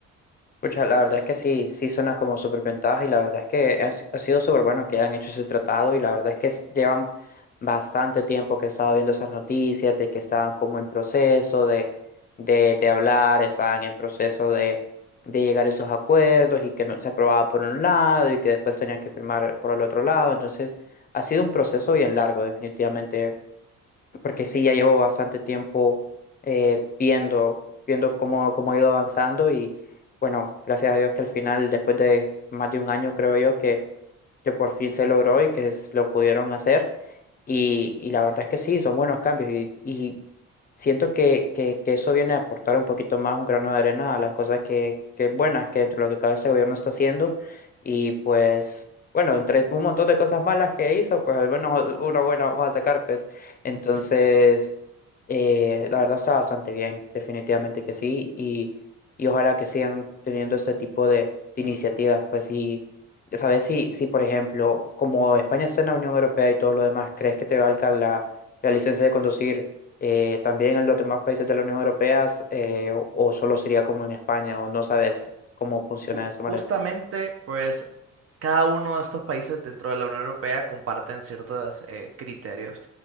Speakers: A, on the left; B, on the right.
A: Pucha, la verdad es que sí, sí suena como súper ventaja y la verdad es que ha, si- ha sido súper bueno que hayan hecho ese tratado y la verdad es que s- llevan bastante tiempo que he estado viendo esas noticias de que estaban como en proceso de, de, de hablar, estaban en proceso de, de llegar a esos acuerdos y que no se aprobaba por un lado y que después tenían que firmar por el otro lado. Entonces, ha sido un proceso bien largo, definitivamente porque sí, ya llevo bastante tiempo eh, viendo, viendo cómo, cómo ha ido avanzando y bueno, gracias a Dios que al final, después de más de un año, creo yo, que, que por fin se logró y que es- lo pudieron hacer. Y, y la verdad es que sí, son buenos cambios y, y siento que, que, que eso viene a aportar un poquito más, un grano de arena a las cosas que, que buenas, que lo que cada este gobierno está haciendo. Y pues, bueno, entre un montón de cosas malas que hizo, pues al menos una buena vamos a sacar, pues. Entonces,
B: <laughs> Sí.
A: eh, la verdad está bastante bien, definitivamente que sí, y, y ojalá que sigan teniendo este tipo de, de iniciativas, pues sí, ya sabes, si, si por ejemplo, como España está en la Unión Europea y todo lo demás, ¿crees que te valga la, la licencia de conducir eh, también en los demás países de la Unión Europea eh, o, o solo sería como en España o no sabes cómo funciona
B: Ju-
A: de esa
B: Justamente,
A: manera?
B: pues cada uno de estos países dentro de la Unión Europea comparten ciertos eh, criterios